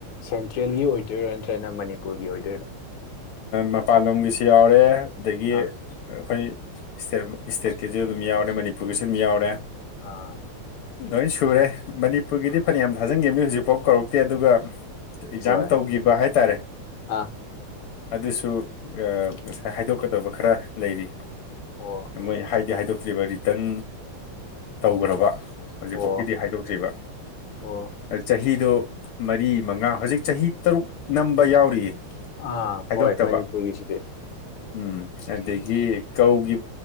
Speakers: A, on the left; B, on the left.
A: ꯁꯦꯟꯇ꯭ꯔꯦꯜꯒꯤ ꯑꯣꯏꯗꯣꯏꯔꯥ ꯅꯠꯇ꯭ꯔꯣ ꯁꯅ ꯃꯅꯤꯄꯨꯔꯒꯤ ꯑꯣꯏꯗꯣꯏꯅꯣ
B: ꯃꯄꯥꯟꯂꯣꯝꯒꯤꯁꯨ ꯌꯥꯎꯔꯦ ꯑꯗꯒꯤ
A: ꯑꯥ
B: ꯑꯩꯈꯣꯏ ꯏꯁꯇꯦꯠ ꯏꯁꯇꯦꯠꯀꯤꯁꯨ ꯑꯗꯨꯝ ꯌꯥꯎꯔꯦ ꯃꯅꯤꯄꯨꯔꯒꯤꯁꯨ ꯑꯗꯨꯝ ꯌꯥꯎꯔꯦ
A: ꯑꯥ
B: ꯂꯣꯏ ꯁꯨꯔꯦ ꯃꯅꯤꯄꯨꯔꯒꯤꯗꯤ
A: ꯑꯥ
B: ꯐꯅꯌꯥꯝ ꯊꯥꯖꯤꯟꯈꯤꯕꯅꯤ ꯍꯧꯖꯤꯛꯐꯥꯎ ꯀꯧꯔꯛꯇꯦ ꯑꯗꯨꯒ ꯑꯦꯛꯖꯥꯝ
A: ꯍꯣꯏ
B: ꯇꯧꯈꯤꯕ ꯍꯥꯏꯇꯥꯔꯦ
A: ꯑꯥ
B: ꯑꯗꯨꯁꯨ ꯉꯁꯥꯏ ꯍꯥꯏꯗꯣꯛꯀꯗꯕ ꯈꯔ ꯂꯩꯔꯤ
A: ꯑꯣ
B: ꯃꯣꯏ ꯍꯥꯏꯗꯤ ꯍꯥꯏꯗꯣꯛꯇ꯭ꯔꯤꯕ ꯔꯤꯇꯔꯟ ꯇꯧꯈ꯭ꯔꯕ ꯍꯧꯖꯤꯛꯐꯥꯎꯒꯤꯗꯤ
A: ꯑꯣ
B: ꯍꯥꯏꯗꯣꯛꯇ꯭ꯔꯤꯕ
A: ꯑꯣ
B: ꯆꯍꯤ ꯑꯗꯨ ꯃꯔꯤ ꯃꯉꯥ ꯍꯧꯖꯤꯛ ꯆꯍꯤ ꯇꯔꯨꯛ ꯅꯝꯕ ꯌꯥꯎꯔꯤꯌꯦ
A: ꯑꯥ
B: ꯍꯥꯏꯗꯣꯛꯇꯕ
A: ꯍꯣꯏ ꯃꯅꯤꯄꯨꯔꯒꯤꯁꯤꯗꯤ
B: ꯎꯝ ꯑꯗꯒꯤ
A: ꯎꯝ
B: ꯀꯧꯒꯤ